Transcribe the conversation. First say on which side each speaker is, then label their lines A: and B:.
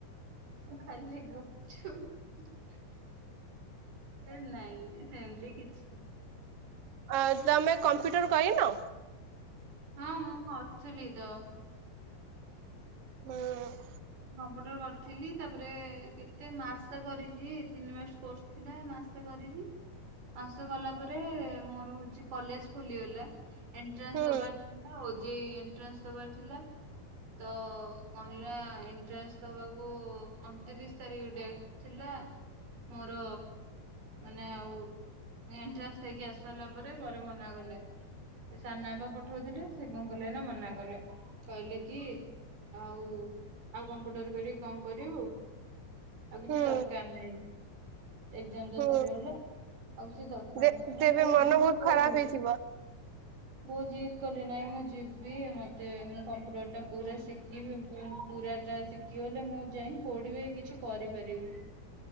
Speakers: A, on the right; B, on the right.
A: ଖାଲି ଗୁପ୍ ଚୁପ୍ ନାଇଁ ନେ ହେନ୍ତି କିଛି ନାଇଁ।
B: ଅଁ ତମେ କମ୍ପ୍ୟୁଟର କରିନ?
A: ହଁ, ମୁଁ କରିଥିଲି ତ!
B: ହଁ।
A: କମ୍ପ୍ୟୁଟର କରିଥିଲି। ତା'ପରେ କେତେ ମାସ କରିଛି ତିନି ମାସ କୋର୍ସ। ଥିଲା ମାସେ କରିଚି, ମାସେ କଲା ପରେ ମୋର ହଉଚି କଲେଜ୍ ଖୋଲିଗଲା। ଏଣ୍ଟ୍ରାନ୍ସ
B: ହୁଁ
A: ଦବାର ଥିଲା ଓ ଜେ ଇ ଏଣ୍ଟ୍ରାନ୍ସ ଦବାର ଥିଲା। ତ, କହିଲା ଏନ୍ ଏଣ୍ଟ୍ରାନ୍ସ ଦବାକୁ ଅଣତିରିଶ ତାରିଖ ଡେଟ୍ ଥିଲା। ମୋର ମାନେ ଆଉ ଏଣ୍ଟ୍ରାନ୍ସ ଦେଇକି ଆସି ସାରିଲା ପରେ, ଘରେ ମନା ଗଲେ। ସେ ସାନା ଆପା ପଠଉଥିଲେ, ସେ କଣ କଲେ ନା, ମନା କଲେ। କହିଲେ କି ଆଉ। ଆଉ କମ୍ପ୍ୟୁଟର କରିକି କଁ କରିବୁ? ଆଉ କିଛି
B: ହୁଁ
A: ଦରକାର ନାହିଁ। ଏକ୍ଜାମ୍ ତ
B: ହୁଁ
A: ସରିଗଲା ଆଉ କିଛି ଦରକାର
B: ଦେ
A: ନାହିଁ। ମୁଁ
B: ତେବେ
A: ବହୁତ
B: ମନ
A: ଜିଦ୍ କଲି।
B: ଖରାପ ହେଇଥିବ।
A: ବହୁତ ଜିଦ୍ କଲି। ନାଇଁ, ମୁଁ ଯିବି ମତେ ମୁଁ କମ୍ପ୍ୟୁଟର ଟା ପୁରା ଶିଖିବି। ମୁଁ ପୁରା ଟା ଶିଖ୍ କି ଲେ ମୁଁ ଯାଇଁ କୋଉଠି ବି କିଛି କରିପାରିବି।